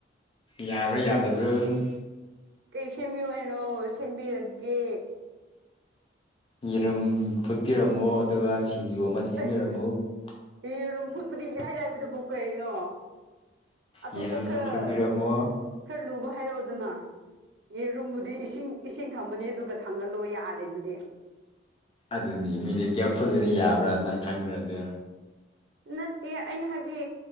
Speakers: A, on the left; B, on the right.
A: ꯌꯥꯕ ꯌꯥꯗꯕ ꯑꯗꯨ
B: ꯀꯩ ꯁꯦꯝꯕꯤꯌꯣ ꯍꯥꯏꯅꯣ ꯁꯦꯝꯕꯤꯔꯒꯦ
A: ꯌꯦꯔꯝ ꯐꯨꯠꯄꯤꯔꯝꯃꯣ ꯑꯗꯨꯒ ꯁꯤꯡꯖꯨ ꯑꯃ ꯁꯦꯝꯕꯤꯔꯝꯃꯣ
B: ꯑꯁ ꯌꯦꯔꯨꯝꯐꯨꯠꯄꯨꯗꯤ ꯏꯔꯥꯏ ꯂꯥꯏꯕꯗꯨꯕꯨ ꯀꯩꯅꯣ ꯑꯇꯣꯞꯄ
A: ꯌꯦꯔꯨꯝꯁꯨ
B: ꯈꯔ
A: ꯐꯨꯠꯄꯤꯔꯝꯃꯣ
B: ꯈꯔ ꯂꯨꯕ ꯍꯥꯏꯔꯛꯑꯣꯗꯅ ꯌꯦꯔꯨꯝꯕꯨꯗꯤ ꯏꯁꯤꯡ ꯏꯁꯤꯡ ꯊꯝꯃꯅꯤ ꯑꯗꯨꯒ ꯊꯪꯒꯠꯂꯣ ꯌꯥꯔꯦ ꯑꯗꯨꯗꯤ
A: ꯑꯗꯨꯅꯤ ꯃꯤꯅꯤꯠ ꯀꯌꯥ ꯐꯨꯜꯂꯅ ꯌꯥꯕ꯭ꯔꯥ ꯅꯪ ꯈꯪꯕ꯭ꯔꯥꯗ
B: ꯅꯠꯇꯦ ꯑꯩꯅ ꯍꯥꯏꯕꯗꯤ